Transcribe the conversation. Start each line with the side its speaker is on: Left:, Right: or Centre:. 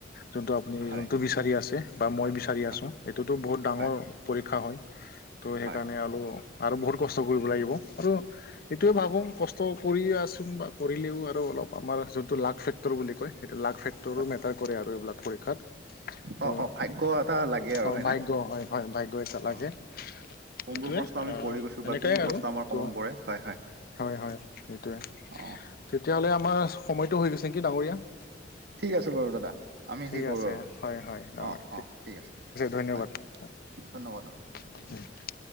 Left: যোনটো আপুনি
Right: হয়
Left: যোনটো বিচ বিচাৰি আছে বা মই বিচাৰি
Right: হয়
Left: আছোঁ সেইটোতো বহুত ডাঙৰ
Right: হয়।
Left: পৰীক্ষা হয়। তো' সেইকাৰণে
Right: হয়
Left: আৰু আৰু বহুত কষ্ট কৰিব লাগিব। আৰু এইটো ভাবোং কষ্ট কৰিয়ে আছোং বা কৰিলেও আৰু অলপ আমাৰ যোনটো লাকফেক ক্টৰ বুলি কয়, সেইটো লাক ফেক্টৰো
Right: হয়
Left: মেটাৰ কৰে আৰু এইবিলাক পৰীক্ষাত। ত
Right: অ অ ভাগ্য এটা লাগে আৰু
Left: অ'
Right: হয়নে?
Left: ভাগ্য হয় হয় ভাগ্য এটা লাগে,
Right: অ
Left: সেইটোৱে
Right: কোনবোৰ প্ৰশ্ন
Left: অ'
Right: আমি পঢ়ি গৈছো
Left: এনেকাই
Right: বা কোনবোৰ
Left: আৰু
Right: প্ৰশ্ন আমাৰ কমন
Left: তো,
Right: পৰে হয় হয়
Left: হয় হয় সেইটোৱে।
Right: অ
Left: তেতিয়াহ'লে আমাৰ সময়টো হৈ গৈছে নেকি ডাঙৰীয়া?
Right: ঠিক আছে বাৰু দাদা, আমি
Left: ঠিক
Right: সেই কৰোঁ
Left: আছে
Right: আৰু
Left: হয়, হয় ডাঙৰীয়া
Right: অ' অ' ঠিক আছে
Left: ধন্যবাদ।
Right: হয়। ধন্যবাদ অ'।
Left: <unintelligible>